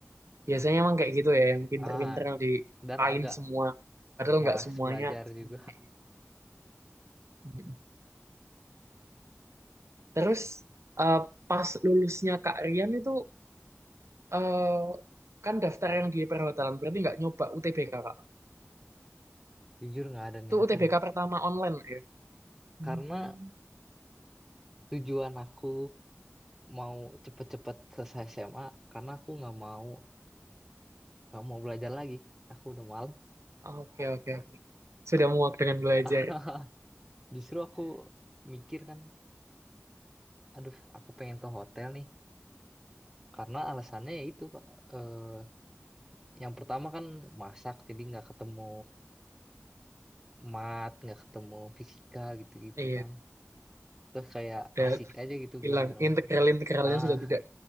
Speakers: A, on the right; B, in the centre.
A: Biasanya emang kayak gitu ya, yang pinter-pinter
B: ah
A: yang dikain
B: dan agak
A: semua. Padahal
B: malas
A: nggak semuanya.
B: belajar
A: sama
B: juga
A: kayak gitu. Mm. Terus eh, pas lulusnya Kak Rian itu eh, kan daftar yang di perhotelan berarti nggak nyoba UTBK Kak.
B: <laughs> jujur nggak ada
A: Itu
B: niatan
A: UTBK pertama online ya. Hmm,
B: karena tujuan aku mau cepet-cepet selesai SMA karena aku nggak mau nggak mau belajar lagi aku udah malas
A: Oke oke oke. Sudah muak dengan belajar.
B: <laughs> justru aku mikir kan aduh aku pengen ke hotel nih karena alasannya ya itu Kak. eh, yang pertama kan masak jadi nggak ketemu mat nggak ketemu fisika gitu-gitu
A: Iya,
B: kan terus kayak
A: udah
B: asik aja gitu
A: hilang.
B: belajar mas
A: Integral-integralnya
B: ah
A: sudah tidak